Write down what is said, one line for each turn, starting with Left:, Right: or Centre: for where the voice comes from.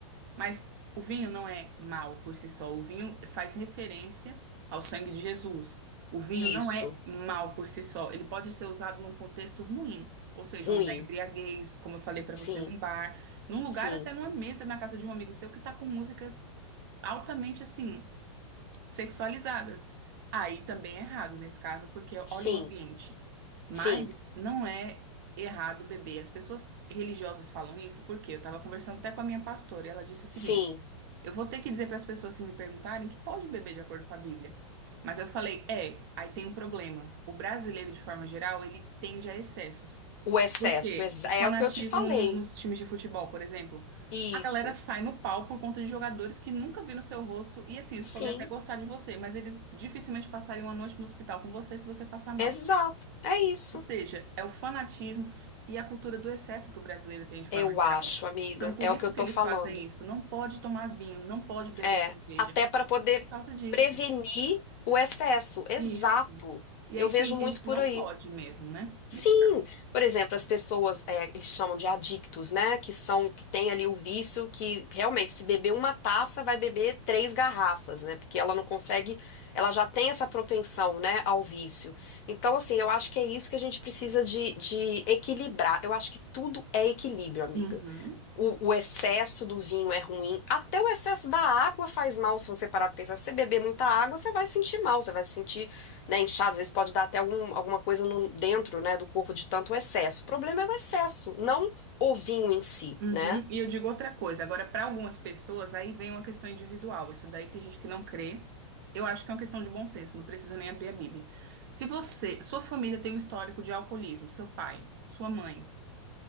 Right: Mas o vinho não é mal por si só. O vinho faz referência ao sangue de Jesus. O vinho
Left: Isso.
Right: não é mal por si só. Ele pode ser usado num contexto ruim, ou seja,
Left: Ruim.
Right: onde há embriaguez, como eu falei para
Left: Sim,
Right: você, num bar, num lugar,
Left: sim,
Right: até numa mesa na casa de um amigo seu que está com músicas altamente assim sexualizadas. Aí também é errado nesse caso, porque
Left: sim,
Right: olha o ambiente. Mas
Left: sim,
Right: não é errado beber. As pessoas religiosas falam isso porque eu estava conversando até com a minha pastora e ela disse o seguinte:
Left: sim.
Right: eu vou ter que dizer para as pessoas se me perguntarem que pode beber de acordo com a Bíblia. Mas eu falei, é, aí tem um problema. O brasileiro, de forma geral, ele tende a excessos.
Left: O excesso.
Right: Porque
Left: ex-
Right: o
Left: É
Right: fanatismo
Left: o que eu te falei.
Right: no- nos times de futebol, por exemplo,
Left: Isso.
Right: a galera sai no pau por conta de jogadores que nunca viram seu rosto e assim, eles
Left: Sim,
Right: podem até gostar de você, mas eles dificilmente passariam uma noite no hospital com você se você passar mal.
Left: exato. É isso.
Right: Ou seja, é o fanatismo e a cultura do excesso que o brasileiro tem de forma
Left: Eu acho,
Right: geral.
Left: amiga.
Right: Então, por
Left: É
Right: isso
Left: o que eu tô
Right: que eles
Left: falando.
Right: fazem isso. Não pode tomar vinho, não pode beber
Left: É,
Right: cerveja,
Left: até para poder
Right: por causa disso.
Left: prevenir o excesso. Exato.
Right: Isso. E
Left: Eu
Right: aí
Left: vejo
Right: tem gente
Left: muito
Right: que
Left: por
Right: não
Left: aí.
Right: pode mesmo, né?
Left: Sim,
Right: Nesse caso.
Left: por exemplo, as pessoas, é, eles chamam de adictos, né? Que são, que tem ali o vício que realmente, se beber uma taça, vai beber três garrafas, né? Porque ela não consegue, ela já tem essa propensão, né, ao vício. Então, assim, eu acho que é isso que a gente precisa de, de equilibrar. Eu acho que tudo é equilíbrio, amiga.
Right: Uhum.
Left: O, o excesso do vinho é ruim, até o excesso da água faz mal, se você parar para pensar. Se você beber muita água, você vai sentir mal, você vai se sentir, né, inchado, às vezes pode dar até algum, alguma coisa no- dentro, né, do corpo de tanto excesso. O problema é o excesso, não o vinho em si,
Right: Uhum.
Left: né?
Right: E eu digo outra coisa, agora para algumas pessoas aí vem uma questão individual, isso daí tem gente que não crê. Eu acho que é uma questão de bom senso, não precisa nem abrir a Bíblia. Se você, sua família tem um histórico de alcoolismo, seu pai, sua mãe,